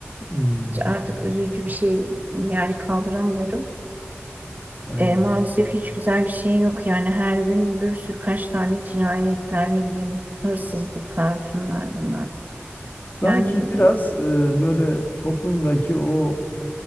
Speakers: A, on the left (about 40°); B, on the right (about 40°).
A: Hmm,
B: Hiç artık üzücü bir şey yani kaldıramıyorum.
A: aynen.
B: E, maalesef hiç güzel bir şey yok yani her gün bir sürü kaç tane cinayetler ne bileyim hırsızlıklar şunlar bunlar.
A: Sanki
B: Yani
A: biraz e, böyle toplumdaki o e,